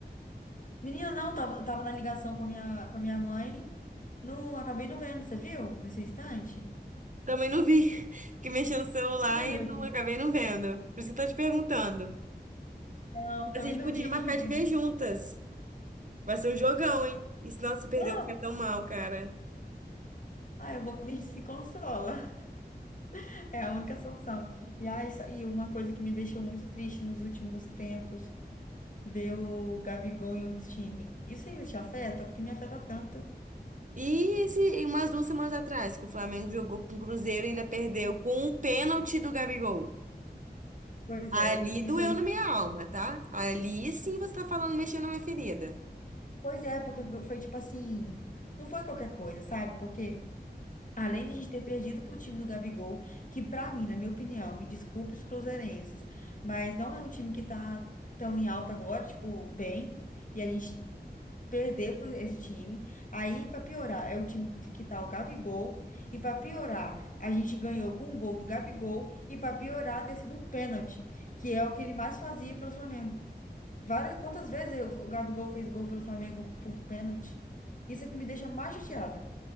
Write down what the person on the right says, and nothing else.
Também não vi. <laughs> Fiquei mexendo no celular
e
não
acabei não vendo. Por isso que eu tô te perguntando.
A gente
podia
marcar de ver
juntas. Vai ser um jogão, hein? E se não se perder,
eu vou ficar tão mal, cara.
E esse, e umas duas semanas atrás, que o Flamengo jogou com o Cruzeiro e ainda perdeu com um pênalti do Gabigol.
Ali
doeu
na minha alma, tá? Ali sim você tá falando mexendo na minha ferida.